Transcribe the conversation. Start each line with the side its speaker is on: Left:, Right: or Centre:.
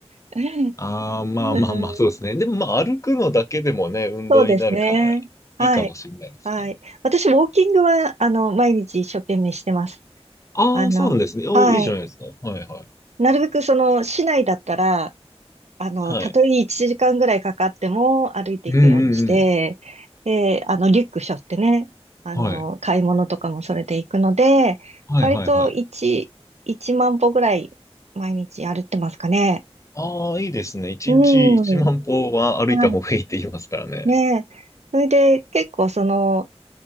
Right: <laughs>
Left: ああ、まあまあまあ、
Right: うん
Left: そうですね。でもまあ、歩くのだけでもね、運動になるから、
Right: そうですね。はい。
Left: いいかもしれないですね。
Right: はい。私、ウォーキングは、あの、毎日一生懸命してます。
Left: ああ、
Right: あの、
Left: そうなんですね。おーいいじゃないですか。
Right: はい。
Left: はいはい。
Right: なるべく、その、市内だったら、あの、
Left: はい。
Right: たとえ1時間ぐらいかかっても歩いていくようにして、
Left: うんうんうん。
Right: で、あの、リュック背負ってね、あの、
Left: はい。
Right: 買い物とかもそれで行くので、
Left: はいはいはい。
Right: 割と1、1万歩ぐらい毎日歩いてますかね。
Left: ああ、いいですね。一日一万歩は歩いた方がいいって言いますからね。
Right: うん。はい。ねえ。それで、結構、その、